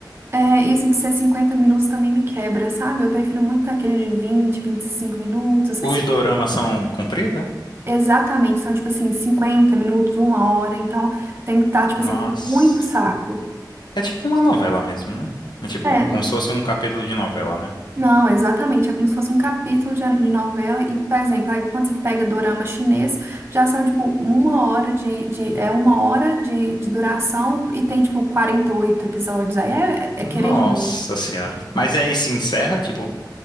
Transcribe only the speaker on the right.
é, isso de ser 50 minutos também me quebra, sabe? Eu prefiro muito aquele de vinte, vinte e cinco minutos, que
se-
exatamente são, tipo assim, 50 minutos, uma hora. Então tem que estar, tipo
assim, com muito saco.
É,
Não, exatamente. É como se fosse um capítulo de, de novela. E, por exemplo, aí quando você pega dorama chinês, já são, tipo, uma hora de, de- é uma hora de, de duração e tem, tipo, 48 episódios. Aí é, é
querer demais.